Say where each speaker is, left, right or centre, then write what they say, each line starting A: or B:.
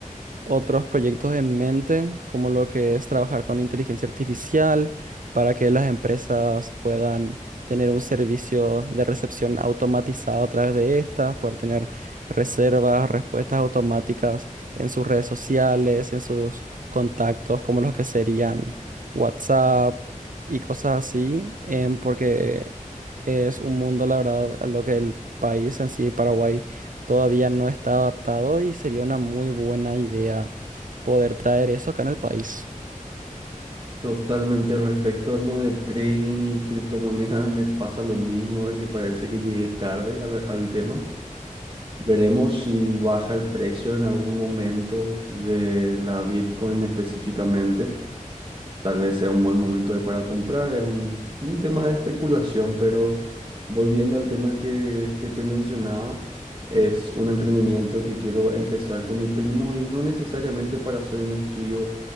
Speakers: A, on the right (about 75°); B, on the right (about 40°).
A: otros proyectos en mente, como lo que es trabajar con inteligencia artificial para que las empresas puedan tener un servicio de recepción automatizado a través de estas, poder tener reservas, respuestas automáticas en sus redes sociales, en sus contactos, como los que serían WhatsApp y cosas así, em, porque es un mundo, la verdad, a lo que el país en sí, Paraguay, todavía no está adaptado y sería una muy buena idea poder traer eso acá en el país.
B: Totalmente, respecto a lo de trading y criptomonedas, me pasa lo mismo, de que parece que llegué tarde al, al tema. Veremos si baja el precio en algún momento de la Bitcoin específicamente. Tal vez sea un buen momento de- para comprar, es un, un tema de especulación, pero volviendo al tema que, que te mencionaba, es un emprendimiento que quiero empezar con mi primo y no necesariamente para hacer un estudio